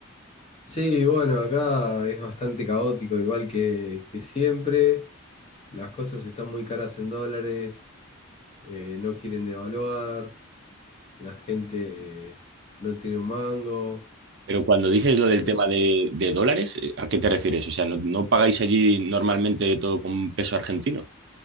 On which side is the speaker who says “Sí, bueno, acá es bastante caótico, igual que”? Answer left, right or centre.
Left